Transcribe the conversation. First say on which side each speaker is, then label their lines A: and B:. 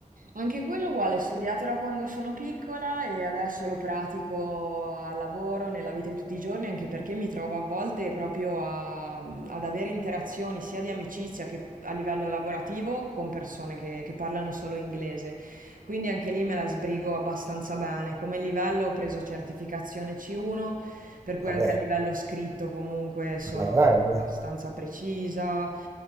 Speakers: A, on the right (about 85°); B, on the right (about 20°).
A: Anche quello uguale, studiato da quando sono piccola e adesso lo pratico al lavoro, nella vita di tutti i giorni, anche perché mi trovo a volte proprio a- ad avere interazioni sia di amicizia che a livello lavorativo con persone che, che parlano solo inglese. Quindi anche lì me la sbrigo abbastanza bene. Come livello ho preso certificazione C1 per cui
B: Vabbè,
A: anche a livello scritto comunque sono
B: alla grande.
A: abbastanza precisa.